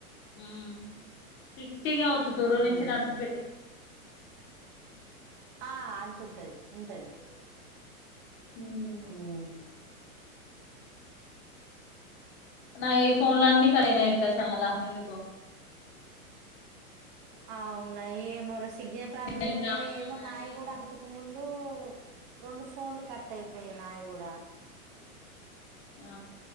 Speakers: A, on the left; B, on the right.
A: హ్మ్ సిక్స్టీగావచ్చు తోరూర్
B: ఉమ్
A: నుంచి నర్సమ్ పేటకి
B: ఆ అంతుంటది ఉంటది
A: ఉమ్
B: హ్మ్
A: నాయి ఫోన్ల అన్ని <unintelligible> ఎందుకు
B: ఆ వునయ్ ఏమోరా సిగ్నల్ ప్రాబ్లమ్
A: ప్రాబ్లం
B: ఉందో ఏమో
A: అన్నా
B: నాయికూడా
A: ఏదన్నా
B: కూడా అంతక్ ముందు రెండు ఫోన్లు కట్ అయిపోయినయ్ నాయి గూడా
A: ఆ